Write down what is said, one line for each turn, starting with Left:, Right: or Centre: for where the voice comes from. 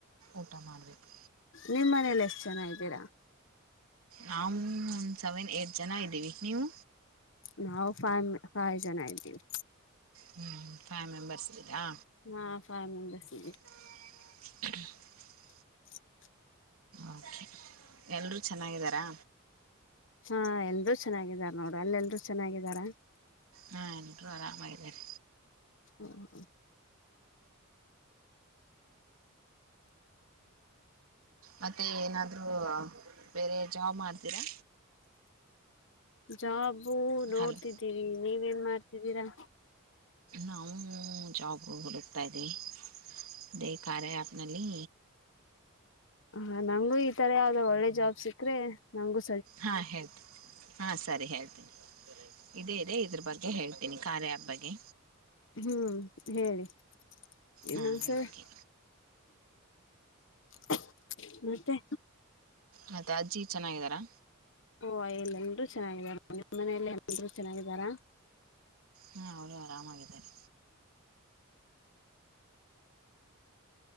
Right: ಊಟ ಮಾಡಬೇಕು.
Left: ನಿಮ್ಮ್ ಮನೇಲಿ ಎಷ್ಟು ಜನ ಇದ್ದೀರಾ
Right: ನಾವು ಒಂದು ಸೆವೆನ್ ಏಟ್ ಜನ ಇದ್ದೀವಿ ನೀವು.
Left: ನಾವು ಫೈ ಫೈವ್ ಜನ ಇದ್ದೀವಿ.
Right: ಹ್ಮ್ ಹ್ಮ್ ಫೈವ್ ಮೆಂಬರ್ಸ್ ಇದೀರಾ.
Left: ಹಾ ಫೈವ್ ಮೆಂಬರ್ಸ್ ಇದ್ದೀವಿ.
Right: ಮ್ಮ್ <unintelligible>
Left: ಹ್ಮ್ <unintelligible>
Right: ಓಕೆ ಎಲ್ಲರೂ ಚೆನ್ನಾಗಿದ್ದಾರಾ.
Left: ಹಾ ಎಲ್ಲಾರು ಚೆನ್ನಾಗಿದಾರ್ ನೋಡು ಅಲ್ಲಿ ಎಲ್ರೂ ಚೆನ್ನಾಗಿದಾರ.
Right: ಹಾ ಎಲ್ಲರೂ ಆರಾಮಾಗಿ ಇದ್ದಾರೆ.
Left: ಹೊ ಹೊ
Right: ಮತ್ತೆ ಏನಾದ್ರು ಬೇರೆ ಜಾಬ್ ಮಾಡ್ತೀರಾ.
Left: ಜಾಬು ನೋಡ್ತಿದ್ದೀವಿ
Right: ಹಲೋ
Left: ನೀವೇನ್ ಮಾಡ್ತಿದ್ದೀರಾ.
Right: ನಾವು ಜಾಬ್ ಹುಡುಕ್ತಾಯ್ದೀವಿ ಇದೇ ಕಾರ್ಯ ಆ್ಯಪ್ನಲ್ಲಿ
Left: ಹ ನಂಗೂ ಈ ತರ ಯಾವ್ದೋ ಒಳ್ಳೆ ಜಾಬ್ ಸಿಕ್ಕ್ರೆ ನಂಗು
Right: ಹಾ ಹೇಳ್ತೀನಿ ಹಾ ಸರಿ ಹೇಳ್ತೀನಿ ಇದೇ ಇದೆ ಇದ್ರ ಬಗ್ಗ್ ಗೆ ಹೇಳ್ತೀನಿ ಕಾರ್ಯ ಆಪ್ ಬಗ್ಗೆ.
Left: ಹ್ಮ್ ಹೇಳಿ ಇನ್ನೊಂದ್ಸರಿ
Right: ಹಾಂ ಓಕೆ
Left: ಹ್ ಮತ್ತೆ
Right: ಮತ್ತೆ ಅಜ್ಜಿ ಚೆನ್ನಾಗಿದ್ದಾರಾ.
Left: ಓಹೊ ಇಲ್ಲಿ ಎಲ್ರೂ ಚೆನ್ನಾಗಿದಾರ ನಿಮ್ಮ ಮನೆಯಲ್ಲಿ ಎಲ್ರೂ ಚೆನ್ನಾಗಿದಾರಾ.
Right: ಹ್ಮ ಅವರು ಆರಾಮಾಗಿದ್ದಾರೆ.